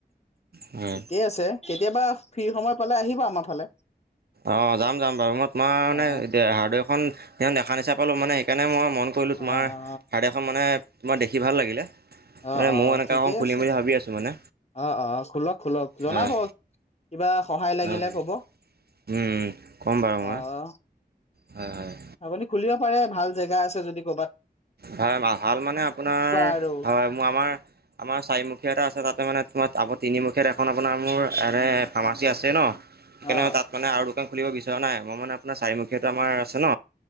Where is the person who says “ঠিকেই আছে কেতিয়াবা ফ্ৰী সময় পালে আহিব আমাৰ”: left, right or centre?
Left